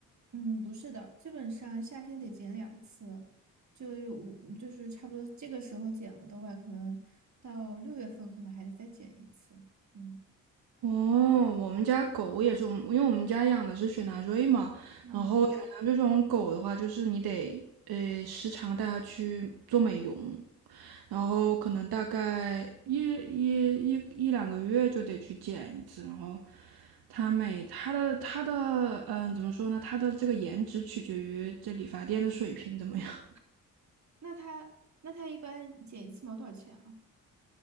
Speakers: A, on the right; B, on the right.
A: 嗯，不是的，基本上夏天得剪两次，就是五，就是差不多这个时候剪了的话，可能到六月份可能还得再剪一次。嗯
B: 哦，我们家狗也是，我们因为我们家养的是雪纳瑞嘛，
A: 嗯，
B: 然后雪纳瑞这种狗的话，就是你得呃时常带它去做美容，然后可能大概一一一一两个月就得去剪一次，然后它每它的它的嗯、怎么说呢？它的这个颜值取决于这理发店的水平怎么样。
A: 那那他那他一般剪一次毛多少钱啊？